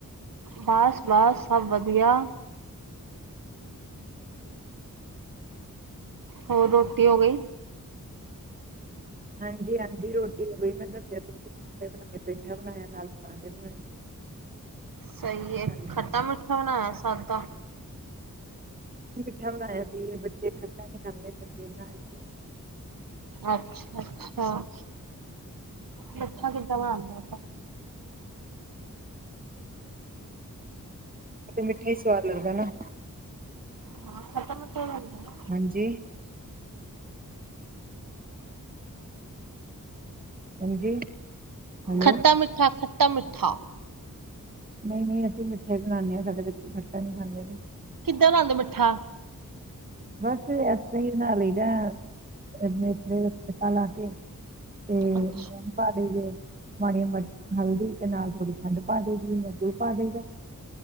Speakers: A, on the right; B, on the right.
A: ਬਸ ਬਸ ਸਭ ਵਧੀਆ। ਹੋਰ ਰੋਟੀ ਹੋ ਗਈ।
B: ਹਾਂਜੀ ਹਾਂਜੀ, ਰੋਟੀ ਹੋ ਗਈ ਮੈਂ ਦੱਸਿਆ ਤੁਸੀਂ ਟ ਬਣਾਏ ਪੇਠਾ ਬਣਾਇਆ ਨਾਲ ਪਰਾਂਠੇ ਬਣਾਏ ਸੀ।
A: ਸਹੀ ਏ,
B: ਹਾਂਜੀ
A: ਖੱਟਾ-ਮਿੱਠਾ ਬਣਾਇਆ, ਸਾਦਾ।
B: ਮਿੱਠਾ ਬਣਾਇਆ ਸੀ, ਬੱਚੇ ਖੱਟਾ ਨੀ ਖਾਂਦੇ <unintelligible> ਬਣਾ ਕੇ।
A: ਅੱਛਾ ਅੱਛਾ, ਪੈਠਾ ਕਿਦਾ ਬਣਾਣਾ ਇਹਦਾ
B: ਤੇ ਮਿੱਠਾ ਈ ਸਵਾਦ ਲੱਗਦਾ ਨਾ।
A: ਹਾਂ, ਖਤਮ ਤੇ ਹੁੰਦਾ ਨਾਂ।
B: ਹਾਂਜੀ। ਹਾਂਜੀ। ਹੈਲੋ
A: ਖੱਟਾ-ਮਿੱਠਾ, ਖੱਟਾ-ਮਿੱਠਾ।
B: ਨਈ ਨਈਂ, ਅਸੀਂ ਮਿੱਠੇ ਬਣਾਉਂਣੇ ਆਂ ਸਾਡੇ ਬੱਚੇ ਖੱਟਾ ਨੀ ਖਾਂਦੇ।
A: ਕਿੱਧਰ ਆਂਦੇ ਠਾ
B: ਬਸ ਫਿਰ ਇਸ ਤਰ੍ਹਾਂ ਹੀ ਬਣਾ ਲਈਦਾ <unintelligible> ਖੱਟਾ ਲਾ ਕੇ। ਤੇ ਲੂਣ
A: ਅੱਛਾ
B: ਪਾ ਦਈਏ। ਮਾੜੀਆਂ ਮਿਰਚਾਂ, ਹਲਦੀ ਤੇ ਨਾਲ ਥੋੜ੍ਹੀ ਖੰਡ ਪਾ ਦਈਦੀ <unintelligible> ਪਾ ਦਈਦਾ।